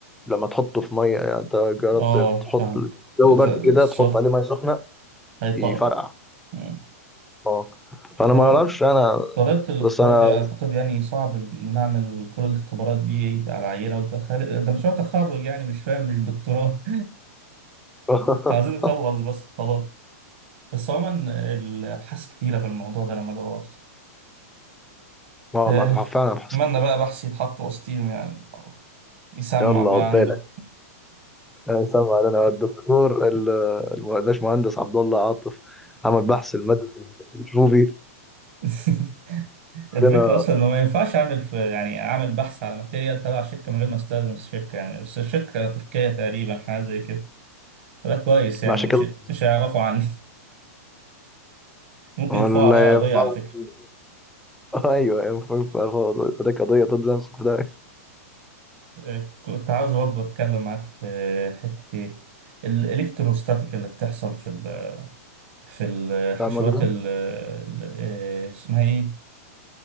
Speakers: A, in the centre; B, on the right.
A: لما تحطه في ميه يعني انت جربت
B: اه
A: تحط
B: فهمت
A: جو
B: إذا
A: برد
B: الصخر
A: كده تحط عليه ميه سخنه
B: هيطقطق
A: يفرقع
B: مم.
A: اه فانا
B: ما
A: ما
B: هو
A: اعرفش انا
B: طريقة الاختبار
A: بس انا
B: دي أعتقد يعني صعب إن نعمل كل الاختبارات دي على عينة وده خارج- ده مشروع تخرج يعني مش فاهم مش دكتوراه
A: <laughs>
B: <laughs> عايزين نخلص بس خلاص بس عموما الأبحاث كتيرة في الموضوع ده لما دورت
A: ما
B: آه،
A: ما فعلا بحس
B: أتمنى بقى بحثي يتحط وسطيهم يعني يسمع
A: يلا
B: بقى
A: عقبالك
B: عندكم
A: انا سامع انا الدكتور ال- الباش مهندس عبد الله عاطف عمل بحث المادة الروبي
B: <laughs> الفكرة
A: علينا
B: أصلا إنه ما ينفعش أعمل في يعني أعمل بحث على ماتيريال تبع شركة من غير ما أستأذن الشركة يعني بس الشركة تركية تقريبا حاجة زي كده فده كويس يعني
A: ما عشان
B: مش
A: كده
B: مش هيعرفوا عني <laughs> ممكن
A: ولا
B: يرفعوا عليا قضية
A: ينفع
B: على فكرة
A: <laughs> ايوه ايوه فاهم، فاهم، فاهم، ده قضيه تنزل في ده
B: آه، كنت عاوز برضه أتكلم معاك في حتة إيه الإلكتروستاتيك اللي بتحصل في ال في الحشوات
A: ده مجنون
B: ال ال- آه، اسمها إيه؟